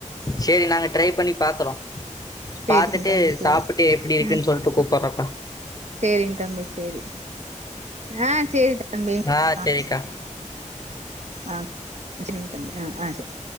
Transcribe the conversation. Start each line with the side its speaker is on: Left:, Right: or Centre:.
Left: ச்சேரி நாங்க ட்ரை பண்ணி பாக்குறோ
Right: சேரிங்க
Left: பாத்துட்டு
Right: தம்பி சேரி
Left: சாப்ட்டு எப்டி இருக்குன்னு
Right: ம்
Left: சொல்லிட்டு கூப்பிட்றோக்கா
Right: சேரிங்க தம்பி சேரி ஆஹ் சேரி தம்பி
Left: ஆ
Right: பாத்து
Left: சேரிக்கா
Right: ஆஹ்ச்ச சேரிங்க தம்பி ஆஹ் ஆஹ் சேரி